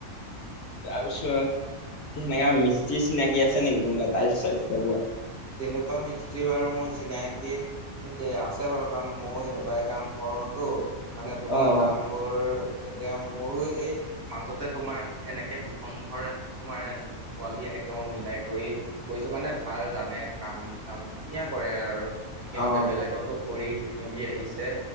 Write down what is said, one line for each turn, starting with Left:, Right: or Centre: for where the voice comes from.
Left: তাৰপিছত সেনেকা মিস্ত্ৰী চিনাকি আছে নেকি কোনোবা টাইল চাইচ লগোৱা
Right: তেনেকুৱা মিস্ত্ৰী বাৰু মোৰ চিনাকি আছে বাৰু কাৰণ মই এনেকুৱাই কাম কৰ কৰোটো মানে তোমাৰ
Left: অ অ
Right: কামবোৰ এতিয়া মোৰো এই মাজতে তোমাৰ এনেকে দুখন ঘৰ তোমাৰ পোৱালি এনেকে মিলাই কৰি কৰিছো মানে ভাল জানে কাম চাম ধুনীয়া কৰে আৰু সিহঁতে
Left: অ
Right: বেলেগতো কৰি মিলি আহিছে